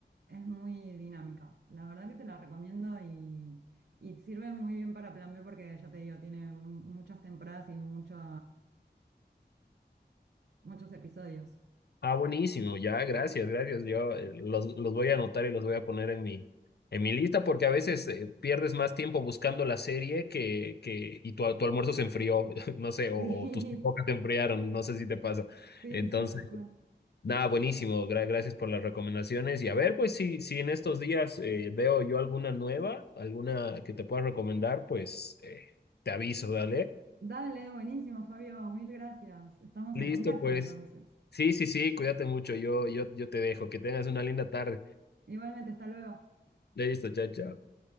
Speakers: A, on the right; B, on the left.
A: es muy dinámica. La verdad que te la recomiendo y, y sirve muy bien para Plan B porque ya te digo, tiene mu- muchas temporadas y muchos, muchos episodios.
B: Ah, buenísimo, ya, gracias, gracias. Yo eh, los, los voy a anotar y los voy a poner en mi, en mi lista porque a veces eh, pierdes más tiempo buscando la serie que, que y tu, tu almuerzo se enfrió, <laughs> no sé, o,
A: <laughs>
B: o tus pipocas se enfriaron, no sé si te pasa.
A: Sí,
B: Entonces,
A: sí, sí, tal cual.
B: nada, buenísimo, gra- gracias por las recomendaciones. Y a ver, pues si, si en estos días eh, veo yo alguna nueva, alguna que te pueda recomendar, pues eh, te aviso, dale.
A: Dale, buenísimo, Fabio, mil gracias. Estamos
B: Listo,
A: en contacto
B: pues.
A: entonces.
B: Sí, sí, sí, cuídate mucho, yo, yo, yo te dejo, que tengas una linda tarde.
A: Igualmente, hasta luego.
B: Leíste, chao, chao.